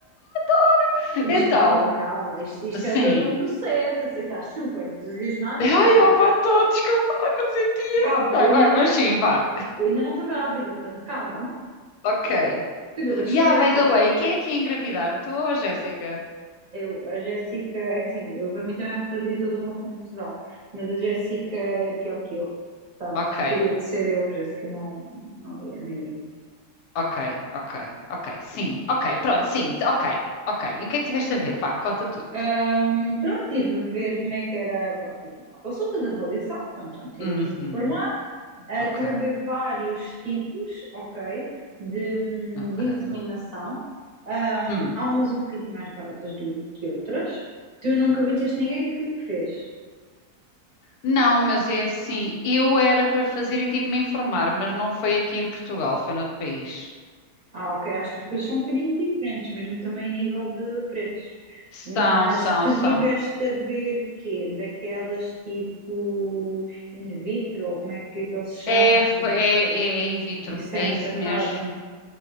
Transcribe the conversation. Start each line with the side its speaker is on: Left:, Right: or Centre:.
Left: Adoro!
Right: mas
Left: Então,
Right: calma, calma, isto, isto
Left: sim.
Right: é todo um processo, eu sei que estás super entusiasmada, mas
Left: Ai,
Right: calma.
Left: ó, vá, tô, desculpa, ai, vou ser tia.
Right: Calma,
Left: Vai,
Right: eu ainda
Left: vai,
Right: não
Left: mas
Right: estou,
Left: sim, vá.
Right: eu ainda não estou grávida, portanto, calma.
Left: Ok.
Right: Porque eu vou desligar
Left: Yeah, by
Right: isto
Left: the
Right: é tudo
Left: way, quem é que ia engravidar? Tu ou a Jéssica?
Right: Eu, a Jéssica, é assim, eu para mim também me fazia toda uma confusão, mas a Jéssica é pior que eu. Portanto,
Left: Ok,
Right: teria de ser eu, a Jéssica não, não ia mesmo.
Left: ok, ok, ok, sim, ok, pronto, sim, ok, ok. E o que é que tiveste a ver? Vá, conta tudo.
Right: Ahm, pronto, estive a ver como é que era, pronto, aqui era uma consulta de avaliação, pronto, já me tive
Left: Uhum.
Right: aqui a informar. Ah,
Left: Ok,
Right: Estive a ver vários tipos, ok, de, hum,
Left: ok.
Right: de inseminação. Ahm,
Left: Hum.
Right: há umas um bocadinho mais baratas do que outras. Tu nunca conheceste ninguém que que fez?
Left: Não, mas é assim, eu era para fazer e tive-me a informar, mas não foi aqui em Portugal, foi noutro país.
Right: Ah, ok. Acho que as coisas são um bocadinho diferentes, mesmo também a nível de preços.
Left: São,
Right: Mas
Left: são,
Right: tu
Left: são.
Right: tiveste a ver quê? Daquelas tipo in vitro, ou como é que, é que ele se chama
Left: É,
Right: aqui?
Left: foi- é, é in vitro,
Right: Isso
Left: é
Right: é muito
Left: isso
Right: caro.
Left: mesmo.